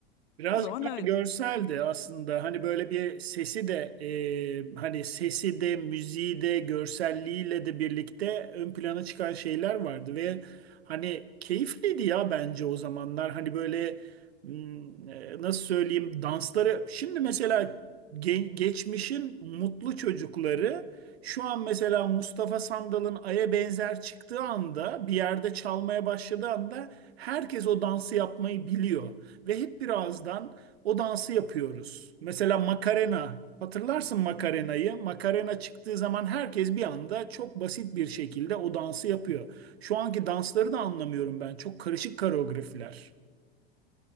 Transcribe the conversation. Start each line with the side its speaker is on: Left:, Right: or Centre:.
Right: Birazcık
Left: O zaman
Right: daha
Left: öyle.
Right: görseldi aslında. Hani böyle bir sesi de e, hani sesi de müziği de görselliğiyle de birlikte ön plana çıkan şeyler vardı ve hani keyifliydi ya bence o zamanlar. Hani böyle hmm, e, nasıl söyleyeyim dansları. Şimdi mesela ge- geçmişin mutlu çocukları şu an mesela Mustafa Sandal'ın Ay'a benzer çıktığı anda bir yerde çalmaya başladığı anda herkes o dansı yapmayı biliyor ve hep bir ağızdan o dansı yapıyoruz. Mesela Macarena, hatırlarsın Macarena'yı. Macarena çıktığı zaman herkes bir anda çok basit bir şekilde o dansı yapıyor. Şu anki dansları da anlamıyorum ben. Çok karışık koreografiler.